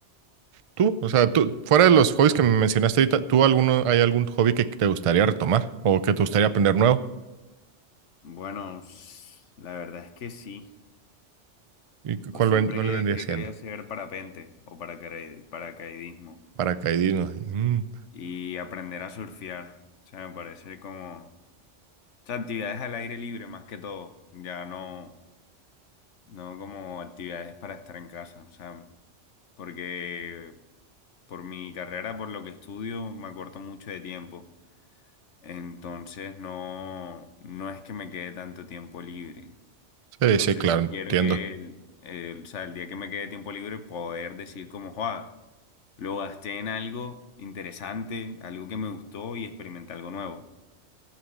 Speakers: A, on the right; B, on the left.
A: tú, o sea, tú, fuera de los hobbies que me mencionaste ahorita, ¿tú alguno, hay algún hobby que te gustaría retomar o que te gustaría aprender nuevo?
B: Bueno, s- la verdad es que sí,
A: ¿Y cu-
B: o
A: cuál,
B: siempre
A: ven- cuál
B: he
A: vendría siendo?
B: he querido hacer parapente o paracaid- paracaidismo.
A: Paracaidismo. Mm,
B: y aprender a surfear. O sea, me parece como... O sea, actividades al aire libre más que todo. Ya no, no como actividades para estar en casa. O sea, porque por mi carrera, por lo que estudio, me acorto mucho de tiempo. Entonces no, no es que me quede tanto tiempo libre.
A: Sí,
B: Entonces
A: sí, claro, entiendo.
B: quiero que el, el- o sea, el día que me quede tiempo libre poder decir como, joa, lo gasté en algo interesante, algo que me gustó y experimenté algo nuevo.